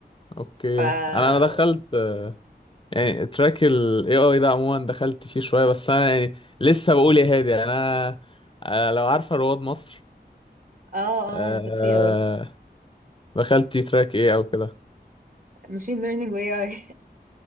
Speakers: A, on the left; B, on the right.
A: اوكي
B: ف اه
A: انا انا دخلت يعني تراك ال AI ده عموما دخلت فيه شوية بس انا يعني لسه بقول يا هادي يعني انا أنا لو عارفة رواد مصر
B: اه
A: آه،
B: انا كنت فيها برضه
A: دخلت تراك ايه او كده
B: ماشين ليرنينج واي اي